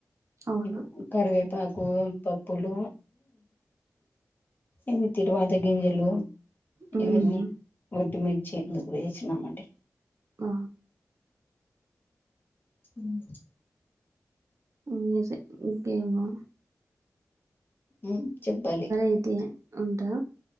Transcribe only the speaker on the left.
మీకు కరివేపాకు పప్పులు అన్ని తిరువాత గింజలు
ఇవన్నీ ఒట్టిమి చీ ఎందుకు వేయించినామంటే
హ్
మ్ చెప్పాలి